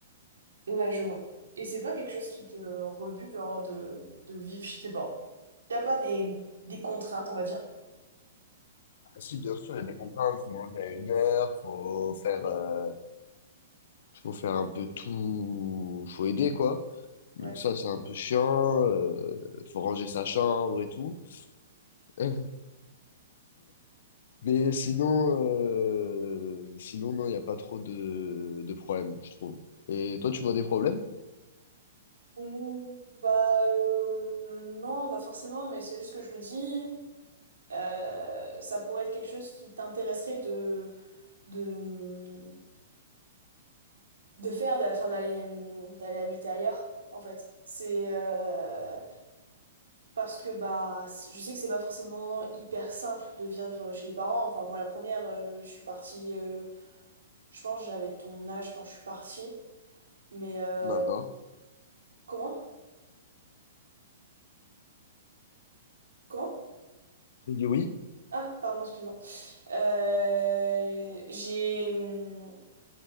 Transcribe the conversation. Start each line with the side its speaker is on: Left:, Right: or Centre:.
Right: Ouais, je vois. Et c'est pas quelque chose qui te rebute genre, de, de vivre chez tes parents. Y a pas des, des contraintes, on va dire.
Left: Ah, Si, bien sûr, il y a des contraintes, faut manger à une heure, faut faire, euh, faut faire un peu tout, faut aider, quoi. Donc
Right: Ouais.
Left: ça, c'est un peu chiant. Euh, faut ranger sa chambre et tout. <laughs> Mais sinon, euh, sinon non, il n'y a pas trop de, de problèmes, je trouve. Et toi, tu vois des problèmes?
Right: Mm, Bah euh, non, pas forcément, mais c'est juste que je me dis, euh, ça pourrait être quelque chose qui t'intéresserait de, de, de faire, d'a- enfin, d'aller d'aller habiter ailleurs, en fait. C'est euh, Parce que bah, c- je sais que c'est pas forcément hyper simple de vivre chez les parents. Enfin, moi, la première, euh, je suis partie, euh, je pense, j'avais ton âge quand je suis partie. Mais euh,
Left: D'accord.
Right: comment? Comment?
Left: J'ai dit oui.
Right: Ah, pardon, excuse-moi. Euh, j'ai. hum,